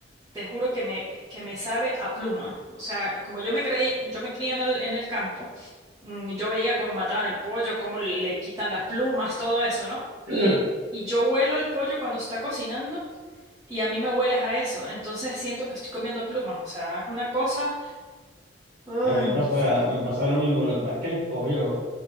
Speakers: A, on the right; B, on the right.
A: te juro que me, que me sabe a pluma. O sea, como yo me creí, yo me crié en el, en el campo, mm, yo veía cómo mataban al pollo, cómo le quitan las plumas, todo eso, ¿no? Y,
B: <laughs>
A: y yo huelo el pollo cuando se está cocinando y a mí me hueles a eso. Entonces siento que estoy comiendo plumas. O sea, es una cosa... Ay,
B: A mí me
A: no
B: pasa,
A: sé.
B: me pasa lo mismo, lo que pasa es que el pollo...